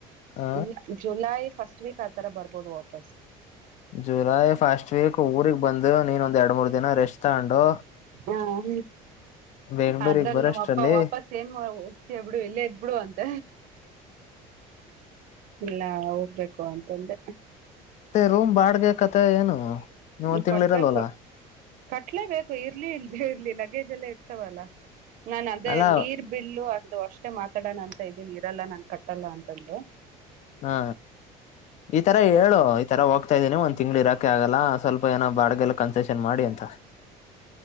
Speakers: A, on the left (about 50°); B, on the right (about 60°).
A: ಹ
B: ಇ ಜುಲೈ ಫಸ್ಟ್ ವೀಕ್ ಆತರ ಬರ್ಬೋದು ಬಸ್
A: ಜುಲೈ ಫಸ್ಟ್ ವೀಕ್ ಊರಿಗೆಗ್ ಬಂದು ನಿನ್ ಒಂದ್ ಎರಡ್ ಮೂರ್ ದಿನ ರೆಸ್ಟ್ ತಗೊಂಡು
B: ಹ
A: ಬೆಂಗಳೂರು
B: ಅದ್ರಲ್ಲಿ
A: ಬರ
B: ನಮ್ಮ
A: ಅಷ್ಟಲ್ಲಿ
B: ಅಪ್ಪ ವಾಪಸ್ ಏನ್ ಬಿಡು ಇಲ್ಲೇ ಇದದ್ ಬಿಡು ಅಂತ ಇಲ್ಲ ಹೋಗ್ಬೇಕು ಅಂತಂದ
A: ರೂಮ್ ಬಾಡ್ಗೆ ಮತ್ತೆ ಏನು ನೀವ್
B: ಹ್ಮ
A: ಒಂದ್ ತಿಂಗ್ಳ
B: ಕಟ್ಬೇಕು
A: ಇರಲ್ವಲ್ಲ
B: ಕಟ್ಲೇಬೇಕು ಇರ್ಲಿ ಇಲ್ದೆ ಇರ್ಲಿ ಲಗೇಜ್ ಎಲ್ಲ ಇರ್ ಷ್ಟವಲ್ಲ ನಾನ ಅದೇ
A: ಅಲ್ಲ
B: ನೀರ್ ಬಿಲ್ಲು ಅ ದು ಅಷ್ಟೇ ಮಾತಾಡಣ ಇದೀನ್ ಇರಲ್ಲ ನನ್ ಕಟ್ಟಲ್ಲ ಅಂತ <inaudible>
A: ಹಾ ಈ ತರ ಹೇಳು ಈ ತರ ಹೋಗ್ತಾ ಇದ್ದೀನಿ ಒಂದ್ ತಿಂಗ್ಳಿ ಇರಾಕ್. ಆಗಲ್ಲ ಸ್ವಲ್ಪ ಏನೋ ಬಾಡ್ಗೆಲು ಕನ್ಸೆಷನ್ ಮಾಡಿ ಅಂತ.